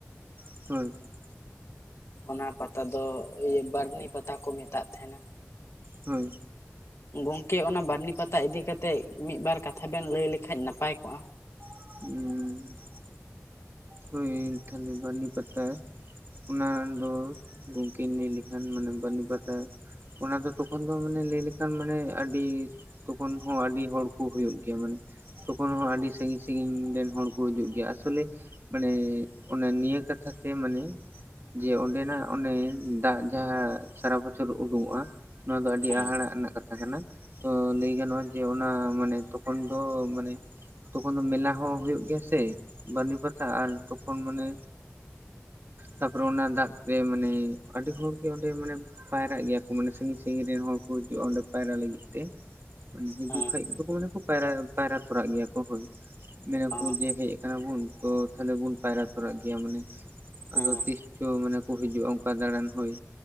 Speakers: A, on the right (about 50°); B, on the left (about 70°).
A: <unintelligible>
B: ᱚᱱᱟ ᱯᱟᱛᱟ ᱫᱚ ᱤᱭᱟᱹ ᱵᱟᱹᱨᱱᱤ ᱯᱟᱛᱟ ᱠᱚ ᱢᱮᱛᱟᱜ ᱛᱟᱦᱮᱱᱟ
A: ᱦᱳᱭ
B: ᱜᱚᱝᱠᱮ ᱚᱱᱟ ᱵᱟᱹᱨᱱᱤ ᱯᱟᱛᱟ ᱤᱫᱤ ᱠᱟᱛᱮᱫ ᱢᱤᱫ ᱵᱟᱨ ᱠᱟᱛᱷᱟ ᱵᱮᱱ ᱞᱟᱹᱭ ᱞᱮᱠᱷᱟᱡ ᱱᱟᱯᱟᱭ ᱠᱚᱜᱼᱟ
A: <unintelligible> ᱦᱳᱭ ᱛᱟᱦᱚᱞᱮ ᱵᱟᱹᱨᱱᱤ ᱯᱟᱛᱟ ᱚᱱᱟ ᱫᱚ ᱜᱚᱢᱠᱮᱧ ᱞᱟᱹᱭ ᱞᱮᱠᱷᱟᱱ ᱢᱟᱱᱮ ᱵᱟᱹᱨᱱᱤ ᱯᱟᱛᱟ ᱚᱱᱟ ᱫᱚ ᱛᱚᱠᱷᱚᱱ ᱫᱚ ᱢᱟᱱᱮ ᱞᱟᱹᱭ ᱞᱮᱠᱷᱟᱱ ᱢᱟᱱᱮ ᱟᱹᱰᱤ ᱛᱚᱠᱷᱚᱱ ᱦᱚᱸ ᱟᱹᱰᱤ ᱦᱚᱲᱠᱚ ᱦᱩᱭᱩᱜ ᱜᱮᱭᱟ ᱢᱟᱱᱮ᱾ ᱛᱚᱠᱷᱚᱱ ᱦᱚᱸ ᱟᱹᱰᱤ ᱥᱟᱸᱹᱜᱤᱧ ᱥᱟᱸᱹᱜᱤᱧ ᱨᱮᱱ ᱦᱚᱲ ᱠᱚ ᱦᱤᱡᱩᱜ ᱜᱮᱭᱟ ᱟᱥᱚᱞᱮ ᱢᱟᱱᱮ ᱚᱱᱟ ᱱᱤᱭᱟᱹ᱾ ᱠᱟᱛᱷᱟ ᱛᱮ ᱢᱟᱱᱮ ᱡᱮ ᱚᱸᱰᱮᱱᱟᱜ ᱚᱱᱮ ᱫᱟᱜ ᱡᱟᱦᱟᱸ ᱥᱟᱨᱟ ᱵᱚᱪᱷᱚᱨ ᱩᱰᱩᱝ-ᱚᱜ ᱟ ᱱᱚᱣᱟ ᱫᱚ ᱟᱹᱰᱤ
B: ᱦᱮᱸ
A: ᱦᱟᱦᱟᱲᱟᱜ ᱨᱮᱱᱟᱜ ᱠᱟᱛᱷᱟ ᱠᱟᱱᱟ ᱛᱚ ᱞᱟᱹᱭ ᱜᱟᱱᱚᱜ-ᱟ ᱡᱮ ᱚᱱᱟ ᱢᱟᱱᱮ ᱛᱚᱠᱷᱚᱱ ᱫᱚ ᱢᱟᱱᱮ᱾ ᱛᱚᱠᱷᱚᱱ ᱫᱚ ᱢᱮᱞᱟ ᱦᱚᱸ ᱦᱳᱭᱳᱜ ᱜᱮᱭᱟ ᱥᱮ, ᱵᱟᱹᱨᱱᱤ ᱯᱟᱛᱟ ᱟᱨ ᱛᱚᱠᱷᱚᱱ ᱢᱟᱱᱮ ᱛᱟᱯᱚᱨᱮ ᱚᱱᱟ ᱫᱟᱜ ᱛᱮ ᱢᱟᱱᱮ ᱟᱹᱰᱤ ᱦᱚᱲ ᱜᱮ ᱚᱸᱰᱮ ᱢᱟᱱᱮ ᱯᱟᱭᱨᱟᱜ ᱜᱮᱭᱟ ᱠᱚ ᱢᱟᱱᱮ ᱥᱟᱸᱹᱜᱤᱧ ᱥᱟᱸᱹᱜᱤᱧ ᱨᱮᱱ ᱦᱚᱲ ᱠᱚ ᱦᱤᱡᱩᱜ-ᱟ ᱚᱸᱰᱮ ᱯᱟᱭᱨᱟᱜ ᱞᱟᱹᱜᱤᱫ ᱛᱮ ᱢᱟᱱᱮ ᱦᱤᱡᱩᱜ
B: ᱦᱮᱸ
A: ᱠᱷᱟᱡ ᱫᱚ ᱠᱚ ᱢᱟᱱᱮ ᱯᱟᱭᱨᱟ ᱯᱟᱭᱨᱟ ᱛᱚᱨᱟᱜ ᱜᱮᱭᱟ ᱠᱚ ᱦᱳᱭ᱾ ᱢᱮᱱᱟᱠᱚ
B: ᱦᱮᱸ
A: ᱡᱮ ᱦᱮᱡ ᱠᱟᱱᱟ ᱵᱚᱱ ᱛᱚ ᱛᱟᱦᱚᱞᱮ ᱵᱚᱱ ᱯᱟᱭᱨᱟ ᱛᱚᱨᱟᱜ ᱜᱮᱭᱟ ᱢᱟᱱᱮ
B: ᱦᱮᱸ
A: ᱟᱫᱚ ᱛᱤᱥ ᱪᱚ ᱢᱟᱱᱮᱠᱩ ᱦᱤᱡᱩᱜ-ᱟ ᱚᱱᱠᱟ ᱫᱟᱲᱟᱱ ᱦᱳᱭ